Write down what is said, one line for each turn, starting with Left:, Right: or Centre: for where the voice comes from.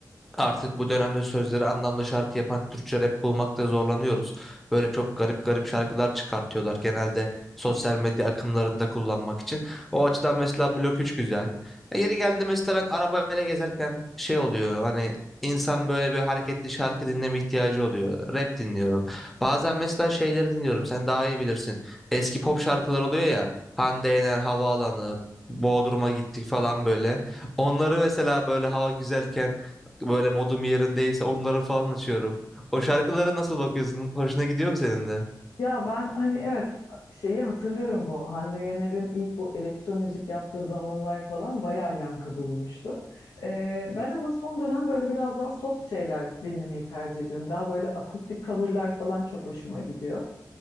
Centre: Artık bu dönemde sözleri anlamlı şarkı yapan Türkçe rap bulmakta zorlanıyoruz. Böyle çok garip garip şarkılar çıkartıyorlar genelde sosyal medya akımlarında kullanmak için. O açıdan mesela Blok 3 güzel. E, yeri geldi mesela ben arabayla gezerken şey oluyor hani insan böyle bir hareketli şarkı dinleme ihtiyacı oluyor. Rap dinliyorum. Bazen mesela şeyleri dinliyorum sen daha iyi bilirsin. Eski pop şarkılar oluyor ya Hande Yener, Havaalanı, Bodrum'a gittik falan böyle. Onları mesela böyle hava güzelken böyle modum yerindeyse onları falan açıyorum. O şarkılara nasıl bakıyorsun? Hoşuna gidiyor mu senin de?
Left: Ya ben hani evet şeyi hatırlıyorum bu Hande Yener'in ilk bu elektro müzik yaptığı zamanlar falan bayağı yankı bulmuştu. Ee, ben ama son dönem böyle biraz daha soft şeyler dinlemeyi tercih ediyorum. Daha böyle akustik coverlar falan çok hoşuma gidiyor.